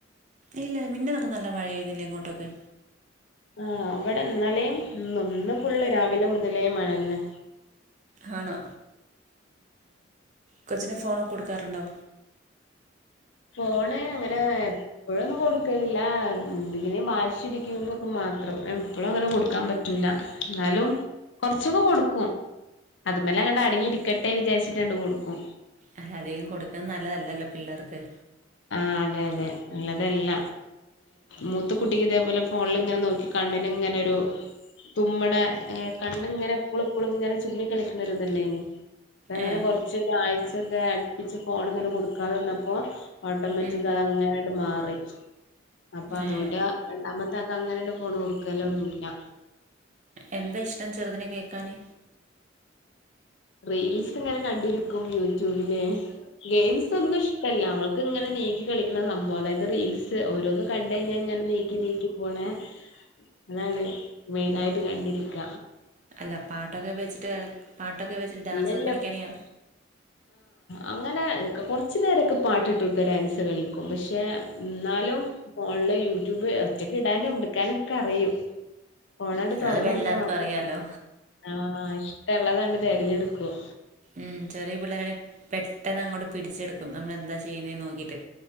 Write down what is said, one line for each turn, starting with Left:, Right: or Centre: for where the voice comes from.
Right: ഇല്ല ഇല്ല മിന്നതൊക്കെ നല്ല മഴ ആയിരുന്നില്ലേ ഇങ്ങോട്ടൊക്കെ
Left: ആ അവിടെന്നലെയും ഇന്ന് ഫുള്ള് രാവിലെ മുതലേ മഴന്നേ
Right: ആണോ കൊച്ചിന് ഫോണൊക്കെ കൊടുക്കാറുണ്ടോ
Left: ഫോണ് അങ്ങനെ എപ്പഴൊന്നും കൊടുക്കലില്ല എന്തെങ്കിലും വാശി ഇടിക്ക്പക്കെമാ ത്രം എപ്പോളും അങ്ങനെ കൊടുക്കാൻ പറ്റൂല എന്നാലും കൊറച്ചൊക്കെ കൊടുക്കും അത് മലെ ങ്ങട്ട അടങ്ങി ഇരിക്കട്ടെ വിചാരിച്ചിട്ട് അങ്ങട് കൊടുക്കും
Right: അല്ല അധികം കൊടുക്കുന്നത് നല്ലതല്ലല്ലോ പിള്ളേർക്ക്
Left: ആ അതെ അതെ ഉള്ളതല്ല മൂത്ത കുട്ടിക്ക് ഇതേപോലെ ഫോണിൽ ഇങ്ങനെ നോക്കി കണ്ണ് നങ്ങനെരു തുമ്മടെ കണ്ണ് ഇങ്ങനെ എപ്പോളും എപ്പോഴും ഇങ്ങനെ ചിമ്മി കളിക്കുന്നൊ ഒരു ഇത് ണ്ടായീനി അ അങ്ങനെ
Right: ഏഹ്
Left: കൊറച്ചൊരാഴ്ചൊക്കെ അടുപ്പിച്ച് ഫോൺ ഇങ്ങനെ കൊടുക്കാതെ വന്നപ്പോ ഓട്ടോമാറ്റിക്
Right: ഉം
Left: അത് അങ്ങനെയട്ട് മാറി അപ്പൊ അതുകൊണ്ട്
Right: ഏഹ്
Left: രണ്ടാമത്തെ അ അങ്ങനെണ്ട് ഫോണ് കൊടുക്കലോ ഒന്നുല്ല
Right: എന്താ ഇഷ്ടം ചെറുതിനെ കേക്കാന്
Left: റീൽസ് ഇങ്ങനെ കണ്ടിരിക്കും യൂട്യൂബില് ഗെയിംസ് ഒന്നും ഇഷ്ടമല്ല അവൾക്ക് ഇങ്ങനെ നീക്കി കളിക്കണ സംഭവം അതായത് റീൽസ് ഓരോന്ന് കണ്ട് കഴിഞ്ഞ ഇങ്ങനെ നീക്കി നീക്കി പോണെ അതാണ് മെയിന ആായിട്ട് കണ്ടിരിക്ക
Right: അല്ല പാട്ടൊക്കെ വെച്ചിട്ട് പാട്ടൊക്കെ വെച്ചിട്ട് ഡാൻസ്ക്കെ
Left: പിന്നെല്ല
Right: കളിക്കണിയാ
Left: അങ്ങനെക്കെ കുറച്ചു നേേരൊക്കെ പാട്ടിട്ട് കൊടുത്ത ഡാൻസ് കളിക്കും പക്ഷെ എന്നാലും യൂട്യൂബ് ഒറ്റക്ക് ഇടാനും എടുക്കാനും ഒക്കെ അറിയും ഫോൺ അങ്ങട്ട് തുറന്ന്
Right: അതിപ്പോ
Left: കൊടുത്താ
Right: എല്ലാർക്കും
Left: മാത്രമതി
Right: അറിയാലോ
Left: ആഹ് ഇഷ്ടള്ളതാണ്ട് തിരഞ്ഞെടുക്കും
Right: ഉം ചെറിയ പിളേരെങ്കിൽ പെട്ടെന്ന് അങ്ങോട്ട് പിടിച്ചെടുക്കും നമ്മൾെന്താ ചെയ്യുന്നേ നോക്കീട്ട്